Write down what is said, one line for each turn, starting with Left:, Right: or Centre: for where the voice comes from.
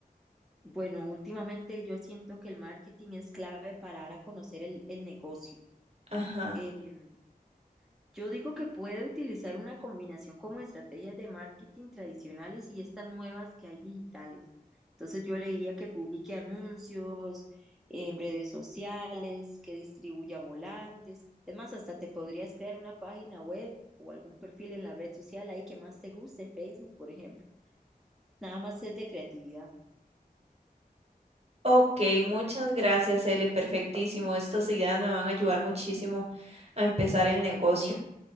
Centre: Bueno, últimamente yo siento que el marketing es clave para dar a conocer el, el negocio.
Right: Ajá.
Centre: Em, Yo digo que puede utilizar una combinación como estrategias de marketing tradicionales y estas nuevas que hay digitales. Entonces yo le diría que publique anuncios en redes sociales, que distribuya volantes. Es más, hasta te podrías crear una página web o algún perfil en la red social ahí que más te guste, Facebook, por ejemplo. Nada más es de creatividad.
Right: Ok, muchas gracias, ele perfectísimo. Estas ideas me van a ayudar muchísimo a empezar el negocio.